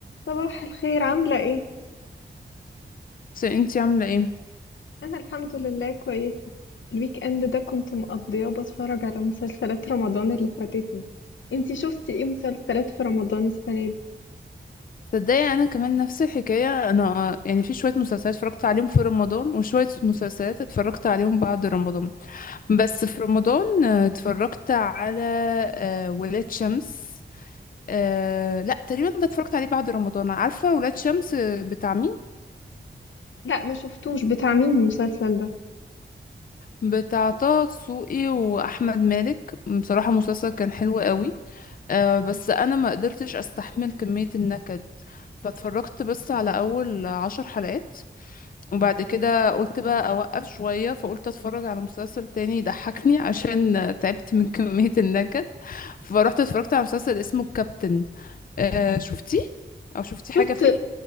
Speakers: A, on the left; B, on the left.
A: صباح الخير عاملة ايه؟
B: بس انتي عاملة ايه؟
A: أنا الحمد لله كويسة الويك اند ده كنت مقضياه بتفرج على مسلسلات رمضان اللي فاتتني انتي شفتي ايه مسلسلات في رمضان السنة دي؟
B: تصدقي انا كمان نفس الحكاية انا يعني في شوية مسلسلات اتفرجت عليهم في رمضان وشوية مسلسلات اتفرجت عليهم بعد رمضان بس في رمضان آه، اتفرجت على آه، ولاد شمس آه، لا تقريبا ده اتفرجت عليه بعد رمضان عارفة ولاد شمس آه، بتاع مين؟
A: لا ما شفتوش بتاع مين المسلسل ده؟
B: بتاع طه دسوقي واحمد مالك بصراحة مسلسل كان حلو قوي آه، بس انا ما قدرتش استحمل كمية النكد فاتفرجت بس على اول عشر حلقات وبعد كده قلت بقى اوقف شوية فقلت اتفرج على مسلسل تاني يضحكني <laughs> عشان تعبت من كمية النكد فروحت اتفرجت على مسلسل اسمه الكابتن آه شفتيه او شفتي حاجة
A: شفت
B: فيه